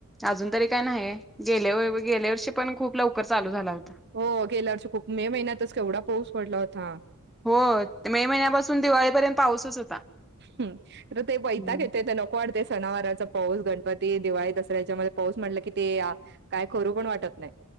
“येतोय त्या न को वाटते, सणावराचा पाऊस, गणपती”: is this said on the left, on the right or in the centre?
Right